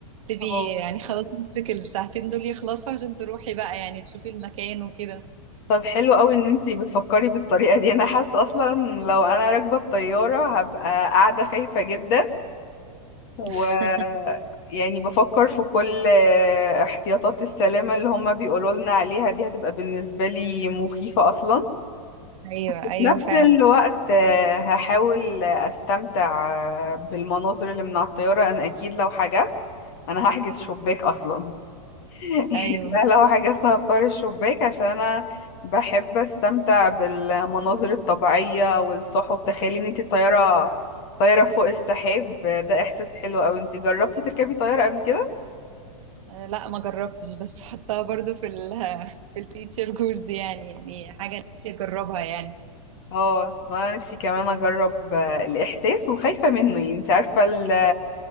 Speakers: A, on the right (about 65°); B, on the left (about 45°).
A: بتبقي
B: اه
A: يعني خلاص نفسك الساعتين دول يخلصوا عشان تروحي بقى يعني تشوفي المكان وكده
B: طب حلو قوي ان انتي بتفكري بالطريقة دي انا حاسة اصلا لو انا راكبة الطيارة هبقى قاعدة خايفة جدا و
A: <laughs>
B: يعني بفكر في كل احتياطات السلامة اللي هما بيقولوا لنا عليها دي هتبقى بالنسبة لي مخيفة اصلا
A: ايوه
B: في
A: ايوه
B: نفس
A: فعلا
B: الوقت آه، هحاول استمتع آه، بالمناظر اللي من على الطيارة انا اكيد لو حجزت انا هحجز شباك اصلا <laughs> يعني
A: ايوه
B: أنا لو حجزت هختار الشباك عشان انا بحب استمتع بالمناظر الطبيعية والسحب تخيلي ان انت طيارة طيارة فوق السحاب آه، ده احساس حلو اوي انت جربتي تركبي طيارة قبل كده
A: آه، لا ما جربتش بس حطها برضو في ال في الفيتشر جولز يعني يعني حاجة نفسي اجربها يعني
B: اه وانا نفسي كمان اجرب آه، الاحساس وخايفة منه يعني انت عارفة ال-